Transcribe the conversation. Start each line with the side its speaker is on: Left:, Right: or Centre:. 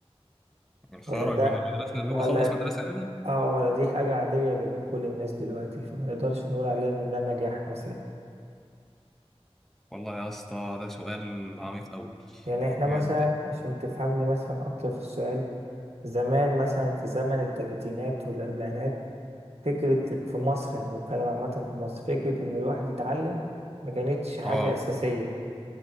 Centre: يعني خرج
Right: ولا ده
Centre: من المدرسة اللي
Right: ولا
Centre: هو خلص مدرسة يعني
Right: اه ولا دي حاجة عادية ما بين كل الناس دلوقتي فما نقدرش نقول عليها ان ده نجاح مثلا
Centre: والله يا اسطى ده سؤال عميق قوي
Right: يعني احنا
Centre: بجد
Right: مثلا عشان تفهمني مثلا اكتر في السؤال زمان مثلا في زمن التلاتينات والاربعينات فكرة في مصر يعني بتكلم عامة في مصر فكرة ان الواحد يتعلم ما كانتش حاجة
Centre: اه
Right: اساسية